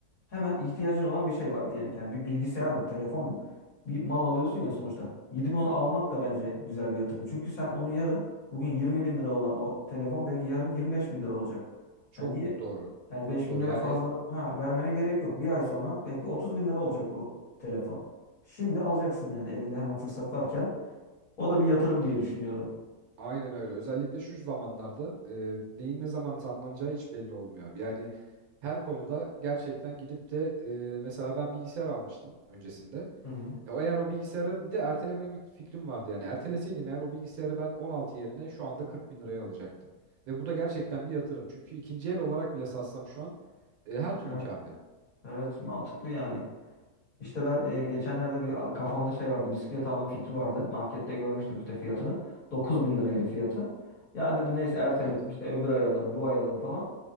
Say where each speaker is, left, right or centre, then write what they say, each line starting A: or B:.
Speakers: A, on the left (about 60°); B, on the right (about 70°).
A: Hemen ihtiyacın olan bir şey var diyelim ki. Yani bir bilgisayar mı, telefon mu? Bir mal alıyorsun ya sonuçta. Gidip onu almak da bence güzel bir yatırım. Çünkü sen onu yarın, bugün 20 bin lira olan o telefon belki yarın 25 bin lira olacak. Sen
B: Çok
A: niye
B: doğru.
A: Yani
B: Çok
A: beş bin
B: doğru.
A: lira
B: Yani
A: fazla ha, vermene gerek yok. Bir ay sonra belki 30 bin lira olacak bu telefon. Şimdi alacaksın yani elinde hemen fırsat varken. O da bir yatırım diye düşünüyorum.
B: Aynen öyle. Özellikle şu zamanlarda e, neyin ne zaman tamlanacağı hiç belli olmuyor. abi. Yani her konuda gerçekten gidip de e, mesela ben bilgisayar almıştım öncesinde.
A: Hı hı.
B: E, o eğer o bilgisayarı bir de erteleme bir fikrim vardı yani. Erteleseydim eğer o bilgisayarı ben 16 yerine şu anda 40 bin liraya alacaktım. Ve bu da gerçekten bir yatırım. Çünkü ikinci el olarak bile satsam şu an e, her türlü
A: Evet.
B: kârdayım.
A: Evet mantıklı yani. İşte ben e, geçenlerde bir a- kafamda şey vardı. Bisiklet alma fikri vardı. Markette görmüştüm işte fiyatını. 9 bin liraydı fiyatı. Ya dedim neyse erteledim
B: Evet.
A: işte öbür ay alırım bu ay alırım falan.